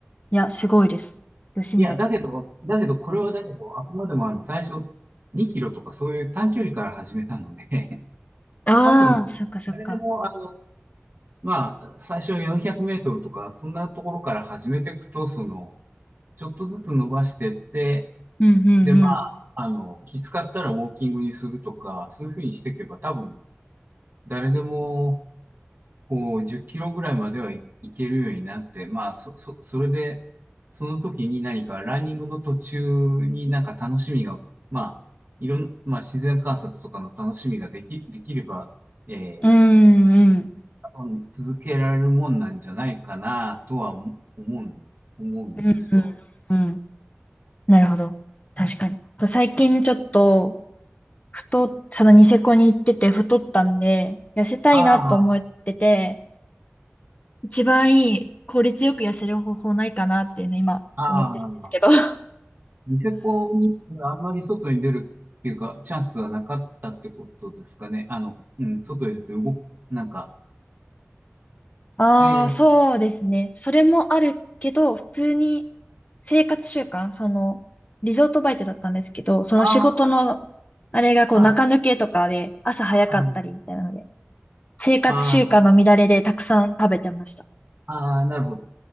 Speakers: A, on the left; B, on the right.
A: ー、いや、すごいです。私にはちょっ
B: いや、だけど、だけど、これはだけど、あくまでもあの、最初、2キロとかそういう短距離から始めたので <laughs>
A: と <laughs> ああ、
B: 多分、
A: そっかそっか。
B: 誰でも、あのまあ、最初400メートルとか、そんなところから始めていくと、その、ちょっとずつ伸ばしてって、
A: うんうんうん。
B: で、まあ、あの、きつかったらウォーキングにするとか、そういうふうにしていけば、多分、誰でも、こう、10キロぐらいまではいいけるようになって、まあ、そ、そ、それで、その時に何かランニングの途中になんか楽しみが、まあ、いろん、まあ、自然観察とかの楽しみができ、できれば、えー
A: うんうん。
B: 多分続けられるもんなんじゃないかなとは思思うん、思うんですよ。
A: うんうんうん。なるほど。確かに。最近ちょっと、太っ、そのニセコに行ってて太ったんで、痩せたいなと思ってて、
B: ああ、
A: 一番いい効率よく痩せる方法ないかなっていうね、今思ってるんですけど。
B: ああ、
A: <laughs>
B: ニセコにあんまり外に出るっていうか、チャンスはなかったってことですかね。あの、うん、外へ出て動く、なんか、
A: ああ、
B: え
A: そうですね。それもあるけど、普通に生活習慣、その、リゾートバイトだったんですけど、その仕事の、
B: ああ
A: あれがこう中抜けとかで、
B: あ、
A: 朝早かったりみたいなので、
B: あ
A: 生活習慣の乱れでたくさん食べてました。
B: あ、ああなるほど。